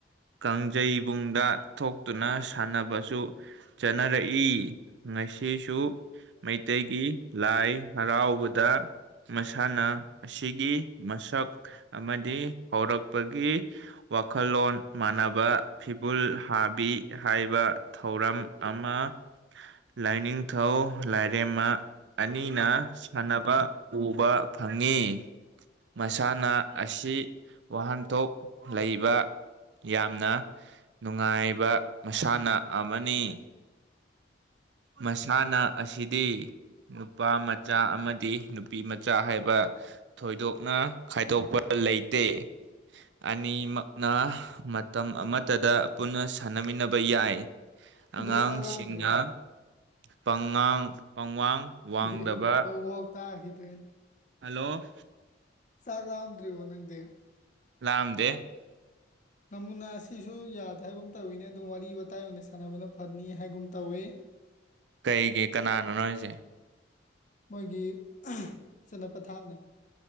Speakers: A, on the right (about 70°); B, on the left (about 40°).
A: ꯀꯥꯡꯖꯩꯕꯨꯡꯗ ꯊꯣꯛꯇꯨꯅ ꯁꯥꯟꯅꯕꯁꯨ ꯆꯠꯅꯔꯛꯏ ꯉꯁꯤꯁꯨ ꯃꯩꯇꯩꯒꯤ ꯂꯥꯏ ꯍꯔꯥꯎꯕꯗ ꯃꯁꯥꯟꯅ ꯑꯁꯤꯒꯤ ꯃꯁꯛ ꯑꯃꯗꯤ ꯍꯧꯔꯛꯄꯒꯤ ꯋꯥꯈꯜꯂꯣꯟ ꯃꯥꯟꯅꯕ ꯐꯤꯕꯨꯜ ꯍꯥꯕꯤ ꯍꯥꯏꯕ ꯊꯧꯔꯝ ꯑꯃ ꯂꯥꯏꯅꯤꯡꯊꯧ ꯂꯥꯏꯔꯦꯝꯃ ꯑꯅꯤꯅ ꯁꯥꯟꯅꯕ ꯎꯕ ꯐꯪꯉꯤ ꯃꯁꯥꯟꯅ ꯑꯁꯤ ꯋꯥꯍꯟꯊꯣꯛ ꯂꯩꯕ ꯌꯥꯝꯅ ꯅꯨꯡꯉꯥꯏꯕ ꯃꯁꯥꯟꯅ ꯑꯃꯅꯤ꯫ ꯃꯁꯥꯟꯅ ꯑꯁꯤꯗꯤ ꯅꯨꯄꯥ ꯃꯆꯥ ꯑꯃꯗꯤ ꯅꯨꯄꯤꯃꯆꯥ ꯍꯥꯏꯕ ꯊꯣꯏꯗꯣꯛꯅ ꯈꯥꯏꯗꯣꯛꯄ ꯂꯩꯇꯦ꯫ ꯑꯅꯤꯃꯛꯅ ꯃꯇꯝ ꯑꯃꯠꯇꯗ ꯄꯨꯟꯅ ꯁꯥꯟꯅꯃꯤꯟꯅꯕ ꯌꯥꯏ꯫
B: ꯑꯗꯣ
A: ꯑꯉꯥꯡꯁꯤꯡꯅ
B: ꯆꯥꯛ ꯂꯥꯝꯗ꯭ꯔꯤꯕꯣ
A: ꯄꯪꯉꯥꯡ ꯄꯪꯋꯥꯡ ꯋꯥꯡꯗꯕ
B: <unintelligible> ꯀꯧꯚꯧ ꯇꯥꯈꯤꯗ꯭ꯔꯦ꯫
A: ꯍꯜꯂꯣ
B: ꯁꯥ ꯂꯥꯑꯝꯗ꯭ꯔꯤ ꯋꯥꯣ ꯅꯪꯦ
A: ꯂꯥꯝꯗꯦ
B: ꯅꯃꯨꯅꯥ <unintelligible> ꯑꯁꯤꯁꯨ ꯌꯥꯗꯦ ꯍꯥꯏꯒꯨꯝ ꯇꯧꯋꯤꯅꯦ ꯑꯗꯨꯝ ꯋꯥꯔꯤ ꯋꯥꯇꯥꯏ ꯑꯣꯏꯅ ꯁꯥꯟꯅꯕꯅ ꯐꯅꯤ ꯍꯥꯏꯒꯨꯝ ꯇꯧꯏ
A: ꯀꯩꯒꯤ ꯀꯅꯥꯅꯣꯅꯣ ꯑꯩꯁꯦ
B: ꯃꯣꯏꯒꯤ ꯆꯠꯅ ꯄꯊꯥꯞꯅ